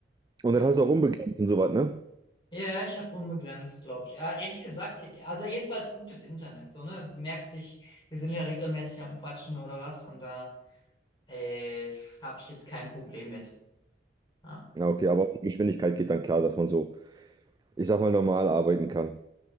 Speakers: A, on the right; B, on the left.
A: und
B: Ja.
A: dann hast du auch unbegrenzt und sowas, ne?
B: Ja, ich habe unbegrenzt, glaube ich. Ja, ehrlich gesagt, also jedenfalls gutes Internet, so, ne? Du merkst dich, wir sind ja regelmäßig am Quatschen oder was und da äh, habe ich jetzt kein Problem mit. Ja.
A: Ja, okay, aber auch die Geschwindigkeit geht dann klar, dass man so, ich sag mal, normal arbeiten kann.